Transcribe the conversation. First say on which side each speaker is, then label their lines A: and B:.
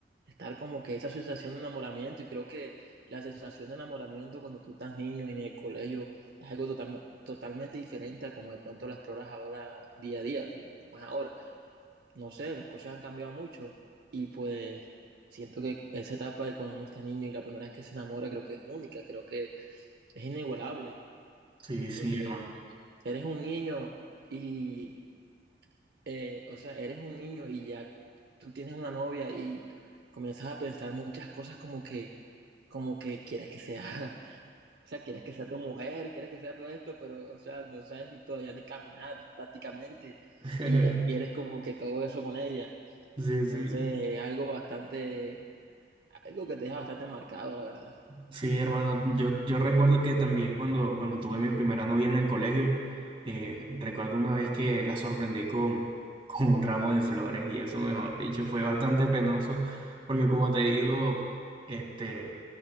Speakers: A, on the right; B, on the right.
A: estar como que esa sensación de enamoramiento y creo que la sensación de enamoramiento cuando tú estás niño y en el colegio es algo total- totalmente diferente a como de pronto la exploras ahora día a día, como, como es ahora. no sé, las cosas han cambiado mucho y pues siento que esa etapa de cuando uno está niño y la primera vez que se enamora creo que es única, creo que es inigualable
B: Sí, sí,
A: porque
B: hermano.
A: eres un niño y, eh, o sea, eres un niño y ya tú tienes una novia y comienzas a pensar muchas cosas como que como que quieres que sea, <laughs> o sea, quieres que sea tu mujer, quieres que sea todo esto, pero, o sea, no sabes ni todavía ni caminar prácticamente
B: <laughs>
A: y ya quieres como que todo eso con ella.
B: Sí,
A: Entonces,
B: sí.
A: es algo bastante, algo que te deja bastante marcado, la verdad.
B: Sí, hermano, yo, yo recuerdo que también cuando, cuando tuve mi primera novia en el colegio, eh, recuerdo una vez que la sorprendí con, <laughs> con un ramo de flores y eso, mejor dicho, fue bastante penoso porque como te digo, este,